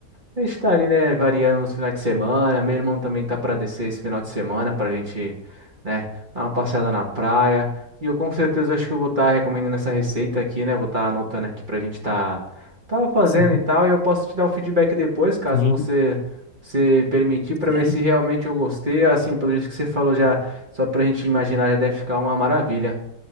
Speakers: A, on the right; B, on the left.
A: A gente tá ali, né, variando nos finais de semana. Meu irmão também tá para descer esse final de semana pra gente, né, dar uma passeada na praia. E eu com certeza acho que eu vou estar recomendando essa receita aqui, né? Vou estar anotando aqui pra gente tá, tá fazendo
B: Sim,
A: e tal. E eu posso te dar o feedback depois, caso
B: sim,
A: você se permitir, pra
B: sim.
A: ver se realmente eu gostei. Assim, pelo jeito que você falou já, só pra gente imaginar, já deve ficar uma maravilha.